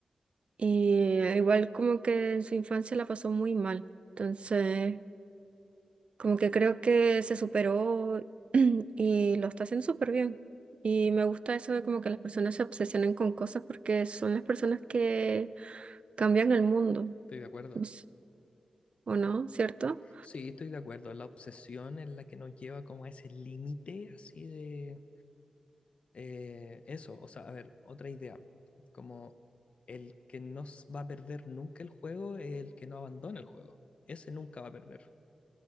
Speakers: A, on the right (about 55°); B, on the left (about 60°).
A: Y eh, igual como que en su infancia la pasó muy mal. Entonces, como que creo que se superó <clears throat> y lo está haciendo súper bien. Y me gusta eso de como que las personas se obsesionen con cosas porque son las personas que cambian el mundo,
B: estoy de acuerdo.
A: pues, ¿o no? ¿Cierto?
B: Sí, estoy de acuerdo. La obsesión es la que nos lleva como a ese límite así de. Eh, eso, o sea, a ver, otra idea, como el que no s- va a perder nunca el juego es el que no abandona el juego. Ese nunca va a perder.